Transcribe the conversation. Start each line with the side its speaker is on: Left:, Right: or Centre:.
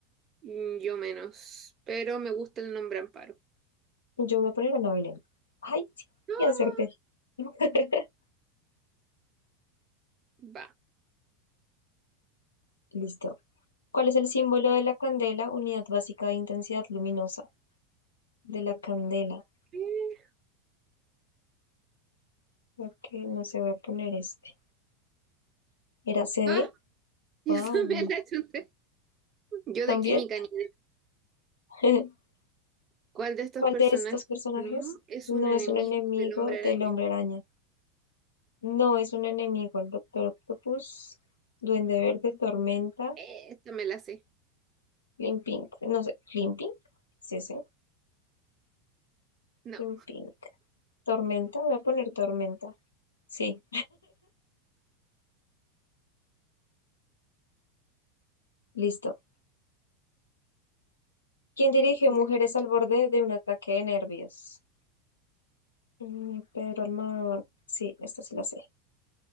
Right: Mm, yo menos, pero me gusta el nombre Amparo.
Left: Yo voy a poner a Ana Belén. Ay, sí,
Right: Ah,
Left: y acerté. <laughs>
Right: va.
Left: Listo. ¿Cuál es el símbolo de la candela? Unidad básica de intensidad luminosa. De la candela.
Right: Eh,
Left: Ok, no se voy a poner este. ¿Era C
Right: Ah,
Left: D.
Right: <laughs> yo
Left: Wow.
Right: también la achunté. Yo
Left: También,
Right: de química ni
Left: <laughs>
Right: ¿Cuál de estos
Left: ¿cuál
Right: personajes
Left: de estos personajes
Right: no es
Left: no
Right: un enemigo
Left: es un enemigo
Right: del hombre araña?
Left: del Hombre Araña? No es un enemigo el Doctor Octopus, Duende Verde, Tormenta,
Right: Eh, esta me la sé.
Left: Limpink, no sé, Limpink, sí, sí,
Right: No.
Left: Limpink, Tormenta, voy a poner Tormenta, sí, listo. ¿Quién dirigió
Right: ya.
Left: Mujeres al borde de un ataque de nervios? Mm, Pedro Almodóvar, sí, esta sí la sé,